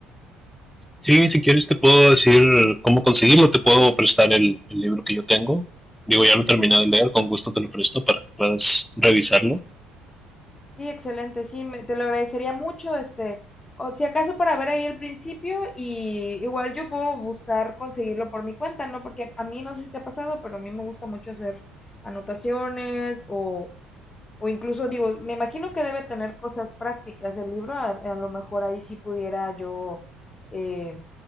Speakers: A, in the centre; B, on the left.
A: Sí, si quieres te puedo decir cómo conseguirlo, te puedo prestar el, el libro que yo tengo. Digo, ya lo he terminado de leer, con gusto te lo presto para que puedas revisarlo.
B: Sí, excelente, sí, me- te lo agradecería mucho, este, o si acaso para ver ahí el principio y igual yo puedo buscar conseguirlo por mi cuenta, ¿no? Porque a mí no sé si te ha pasado, pero a mí me gusta mucho hacer anotaciones o, o incluso digo, me imagino que debe tener cosas prácticas el libro, a, a lo mejor ahí sí pudiera yo eh,